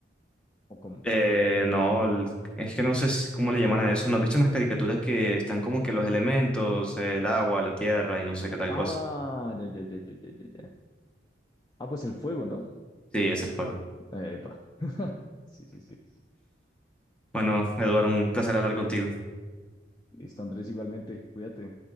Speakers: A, on the left; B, in the centre.
A: ¿o cómo?
B: Eh, no, el- es que no sé si- cómo le llaman a eso. ¿No has visto unas caricaturas que están como que los elementos, el agua, la tierra y no sé qué tal
A: Ah,
B: cosa?
A: ya, ya, ya, ya, ya, ya. ya. Ah, pues el fuego, ¿no?
B: Sí, ese es fuego.
A: Epa. <laughs> Sí, sí, sí.
B: Bueno, Eduardo, un placer hablar contigo.
A: Listo, Andrés, igualmente. Cuídate.